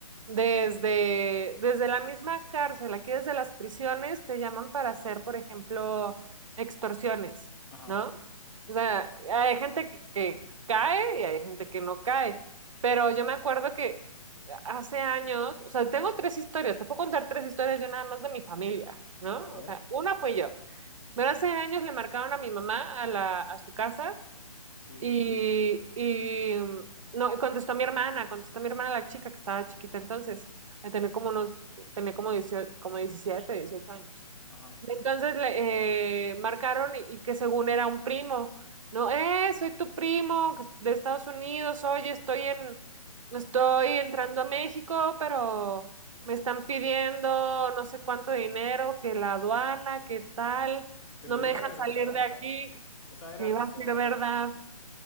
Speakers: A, on the right; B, on the left.
A: desde, desde la misma cárcel, aquí desde las prisiones te llaman para hacer, por ejemplo, extorsiones,
B: Ajá,
A: ¿no? O sea, hay gente que, que cae y hay gente que no cae, pero
B: claro.
A: yo me acuerdo que hace años, o sea, tengo tres historias, te puedo contar tres historias yo nada más de mi familia, ¿no?
B: A ver,
A: O sea, una fue yo, pero hace años le marcaron a mi mamá a la, a su casa.
B: sí,
A: Y, y mm, no, y contestó mi hermana, contestó mi hermana la chica que estaba chiquita entonces, eh, tenía como unos, tenía como diecio como 17 18 años.
B: ajá.
A: Y entonces le eh, marcaron y, y que según era un primo, no, eh, soy tu primo que de Estados Unidos, oye, estoy en, estoy entrando a México, pero me están pidiendo no sé cuánto dinero, que la aduana, que tal,
B: Pero
A: no
B: ¿y
A: me
B: era
A: dejan
B: verdad?
A: salir de aquí,
B: O sea, era,
A: que iba
B: o
A: a
B: sea,
A: ser verdad.